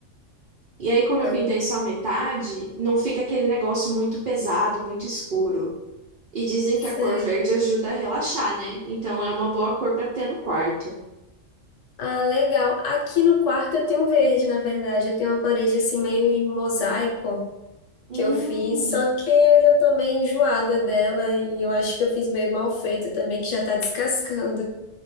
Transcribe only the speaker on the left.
Ah,
sei.
Ah, legal. Aqui no quarto eu tenho verde, na verdade. Eu tenho uma parede assim meio em mosaico.
que eu fiz, só que eu já tô meio enjoada dela e eu acho que eu fiz meio mal feito também, que já tá descascando.